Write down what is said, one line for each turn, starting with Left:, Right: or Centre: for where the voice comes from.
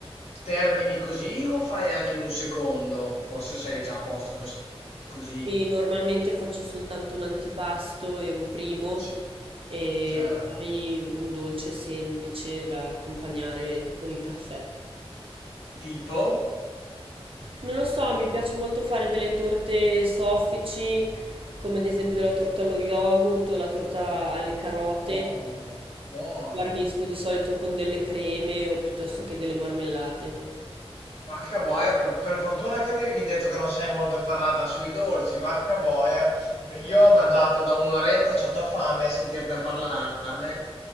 Left: termini così o fai anche un secondo? Forse sei già a posto cos- così.
Right: E normalmente faccio soltanto un antipasto e un primo
Left: Sì,
Right: e
Left: certo.
Right: magari un dolce semplice da accompagnare con il caffè.
Left: Tipo?
Right: Non lo so, mi piace molto fare delle torte soffici, come ad esempio la torta allo yogurt o la torta alle carote.
Left: Buono, buono.
Right: Guarnisco di solito con delle creme o piuttosto che delle marmellate.
Left: Vacca boia, per, per fortuna che avevi detto che non sei molto ferrata sui dolci, vacca boia. Io ho mangiato da un'oretta, c'ho già fame a sentirti parlarne.